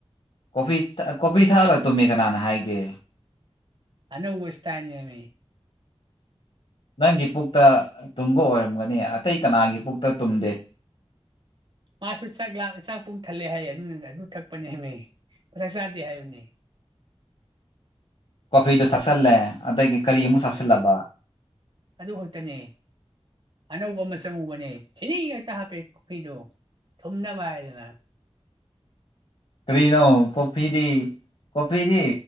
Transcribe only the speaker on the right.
ꯑꯅꯧꯕ ꯁ꯭ꯇꯥꯏꯟꯅꯦꯃꯤ
ꯃꯥꯁꯨ ꯆꯥꯛ ꯂꯥꯝ ꯆꯥꯛ ꯄꯨꯡ ꯊꯜꯂꯦ ꯍꯥꯏꯌꯦ ꯑꯗꯨꯗꯨꯅ ꯑꯗꯨ ꯊꯛꯄꯅꯦꯃꯦ ꯆꯥꯛ ꯆꯥꯗꯦ ꯍꯥꯏꯕꯅꯦ
ꯎꯝ
ꯑꯗꯨ ꯈꯛꯇꯅꯦ ꯑꯅꯧꯕ ꯑꯃ ꯆꯪꯉꯨꯕꯅꯦ ꯊꯤꯔꯤ ꯉꯥꯛꯇ ꯍꯥꯞꯄꯦ ꯀꯣꯐꯤꯗꯣ ꯊꯨꯝꯅꯕ ꯍꯥꯏꯗꯅ